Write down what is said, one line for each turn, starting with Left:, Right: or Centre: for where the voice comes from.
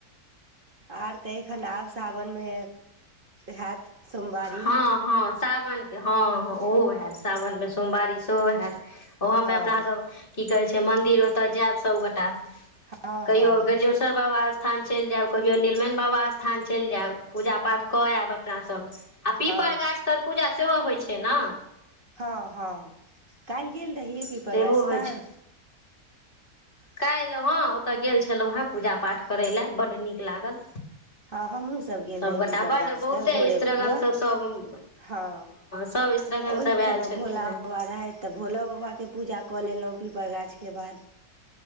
Right: आर तऽ एखन आब सावनमे हैत सोमवारी
Left: हँ हँ सावनके हँ हँ ओहो हैत साावन मे सोमवारी त हए ओहोमे
Right: हँ
Left: अपना सभ की कहै छै मन्दिर ओतय जायब सभगोटाए
Right: हँ
Left: कहियो
Right: हँ
Left: ग्रेजोशर बाबा स्थान चलि जायब कहियो नीलमण बाबा स्थान चलि जायब पूजा पाठ कऽ आयब अपनासभ आ पीपर
Right: हँ
Left: गाछ तर पूजा सेहो होइ छै ने
Right: हँ हँ कइल गेल रही पिपर
Left: सेहो
Right: गाछ
Left: होइ
Right: तर
Left: छै काल्हि हेँ ओतय गेल छलउ हेँ पूजा पाठ करय लेलए बड्ड नीक लागल
Right: हँ हमहु सभ गेल
Left: सभगोटा
Right: रही पीपर
Left: बड्ड
Right: गाछ
Left: बहुते
Right: तर भोरे
Left: स्त्रगणसभ
Right: भोर
Left: सभ
Right: हँ
Left: सभ स्त्रगणसभ
Right: ओहिठम
Left: आयल छलखिन
Right: भोला
Left: हेँ
Right: बाबा रहै तऽ भोला बाबाक के पूजा कऽ लेलहुँ पीपर गाछके बाद